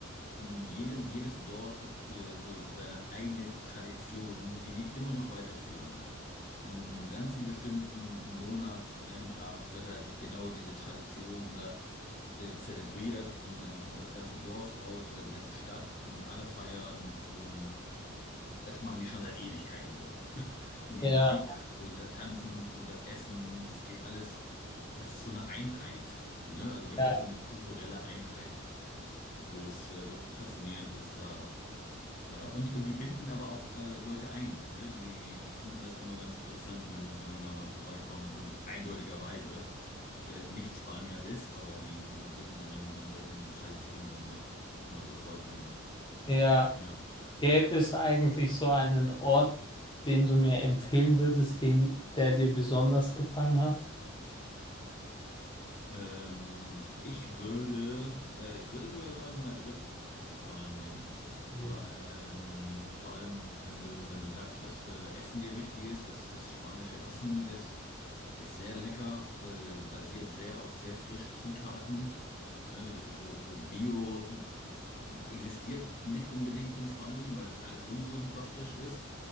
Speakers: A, on the left (about 45°); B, on the left (about 25°).
A: Und in jedem, jedes Dorf hat ihr so seine eigene Tradition, die die immer noch weiterführen. Und einen ganzen bestimmten Monat an einem Tag wird halt genau diese Tradition unter, äh, zelebriert und dann kommt das ganze Dorf raus oder die ganze Stadt und alle feiern und das machen die schon seit Ewigkeiten so. <laughs> Und die
B: Ja,
A: Musik und das Tanzen und das Essen, das geht alles, das ist so eine Einheit, ne? Also wirklich
B: ja.
A: so eine kulturelle Einheit, wo es äh, wirklich faszinierend ist, da da, und, und die binden aber auch äh, Leute ein. Ne? Die, die finden das immer ganz interessant, wenn, wenn man da mal vorbeikommt und eindeutigerweise äh, nicht Spanier ist, aber die, die binden einen in solchen Traditionen immer, immer sofort ein.
B: Ja,
A: Ja.
B: gäbe es eigentlich so einen Ort, den du mir empfehlen würdest, den, der dir besonders gefallen hat?
A: Ähm, ich würde, äh, ich würde sogar sagen Madrid in Spanien,
B: Hm.
A: weil ähm, vor allem, wenn du, wenn du sagst, dass äh, Essen dir wichtig ist, dass das spanische Essen ist. Ist sehr lecker, äh, basiert sehr auf sehr frischen Zutaten. Ne, so, so Bio existiert nicht unbedingt in Spanien, weil das alles sowieso super frisch ist.